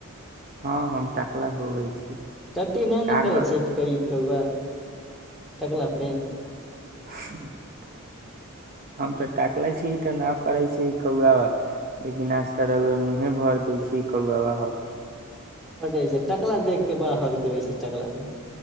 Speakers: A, on the right; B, in the centre.
A: हँ हम टाकला हो गई छी
B: टी नहि ने
A: का
B: करै
A: करबै
B: छै कई कौआ टकलापे
A: <unintelligible> हम तऽ टाकले छी ई तऽ नहि करै छी ई कौआवा लेकिन आज तरर मुँहे भर दै छी ई कौआवा हकके
B: आै छै टकला देख के बाहक देबे छै टकला पर